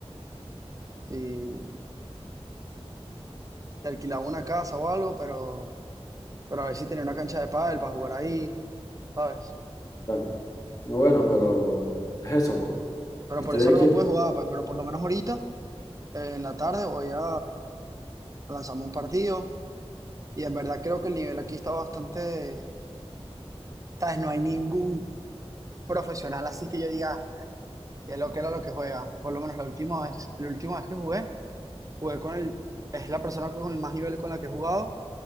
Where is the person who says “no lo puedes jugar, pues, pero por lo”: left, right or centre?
Right